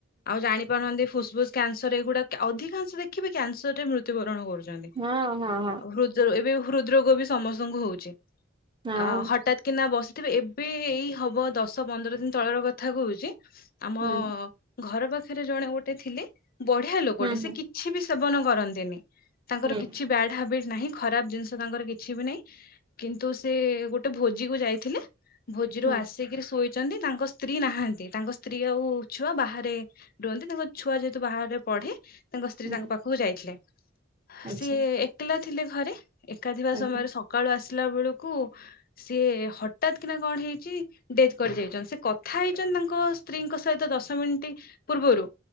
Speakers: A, on the left (about 50°); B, on the right (about 25°).
A: ଆଉ ଜାଣି ନ୍ତି ଫୁସ୍ଫୁସ୍ କ୍ୟାନସର୍ ଏଗୁଡା ଅଧିକାଂଶ ଦେଖିବେ କ୍ୟାନସର୍ ରେ ମୃ ତ୍ୟୁବରଣ କରୁଛନ୍ତି
B: ହଁ ହଁ ହଁ
A: ଆଉ ହୃଦ ଏବେ ହୃଦ ରୋଗ ବି ସମସ୍ତଙ୍କୁ ହଉଛି। ଅ
B: ହଁ
A: ହଠାତ୍ କିନା ବସିଥିବେ ଏବେ ଏଇ ହବ ଦଶ ପନ୍ଦର ଦିନ ତଳର କଥା କହୁଛି। ଆମ
B: ହୁଁ
A: ଘର ପାଖରେ ଜଣେ ଗୋଟେ ଥିଲେ ବଢିଆ ଲୋକଟେ
B: ହୁଁ
A: ସେ
B: ହୁଁ
A: କି କିଛି ବି ସେବନ କରନ୍ତିନି ତାଙ୍କର
B: ହୁଁ
A: କିଛି ବ୍ୟାଡ ହବିଟ୍ ନାହିଁ ଖରାପ ଜିନିଷ ତାଙ୍କର କିଛି ବି ନାହିଁକିନ୍ତୁ ସେ ଗୋଟେ ଭୋଜି କୁ ଯାଇଥିଲେ। ଭୋଜିରୁ
B: ହୁଁ
A: ଆସିକିରି ଶୋଇଛନ୍ତି ତାଙ୍କ ସ୍ତ୍ରୀ ନାହାନ୍ତି। ତାଙ୍କ ସ୍ତ୍ରୀ ଆଉ ଛୁଆ ବାହାରେ ରୁହନ୍ତି ତାଙ୍କ ଛୁଆ ଯେହେତୁ ବାହାରେ ପଢେ ତାଙ୍କ ସ୍ତ୍ରୀ
B: ହୁଁ
A: ତାଙ୍କ ପାଖ କୁ ଯାଇଥିଲେ
B: ଆଚ୍ଛା
A: ସିଏ ଏକଲା ଥିଲେ ଘରେ ଏକା ଥିବା
B: ଆଜ୍ଞା
A: ସମୟରେ ସକ ସକାଳୁ ଆସିଲା ବେଳକୁ ସିଏ ହଠାତ କିନା କଣ ହେଇଛି ଡେଥ୍ କରି ଯାଇଛନ୍ତି, ସେ କଥା ହେଇଛନ୍ତି ତାଙ୍କ ତାଙ୍କ ସ୍ତ୍ରୀ ଙ୍କ ସହିତ ଦଶ ମିନିଟ ପୂର୍ବରୁ